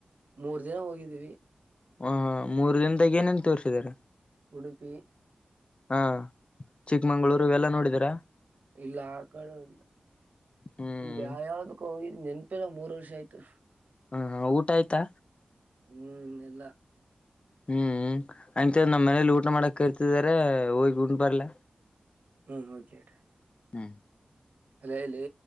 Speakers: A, on the right; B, on the left.
A: ಮೂರ್ ದಿನ ಹೋಗಿದೀವಿ
B: ಹ ಹಾ ಮೂರು ದಿನದಾಗ ಏನೇನ್ ತೋರ್ರಿಸಿದಿದ್ದಾರೆ
A: ಉಡುಪಿ
B: ಹಾ ಚಿಕ್ಕಮಂಗ್ಳೂರು
A: ಮತ್ತೆನ್
B: ಇವೆಲ್ಲಾ ನೋಡಿದೀರಾ
A: ಇಲ್ಲ ಆ ಕಡಲ್ಲ
B: ಹ್ಮ್
A: ಇದ ಯ ಯಾವ್ದಕ್ಕ ಹೋಗಿದ್ ನೆನ್ಪಿಲ್ಲ ಮೂರ್ ವರ್ಷ ಆಯ್ತು
B: ಹಾ ಹ ಊಟ ಆಯ್ತಾ
A: ಹನ್ನೆಲ್ಲ
B: ಹ್ಮ್ ಅಂತ ನಮ್ಮ್ ಮನೇಲಿ ಊಟ ಮಾಡಕ್ ಕರ್ತಿದಿದ್ದಾರೆ ಹೋಗಿ ಉಂಂಡ್ ಬರ್ಲ
A: ಹ್ಮ್ <unintelligible>
B: ಹ್ಮ್
A: ಅಲಲಿ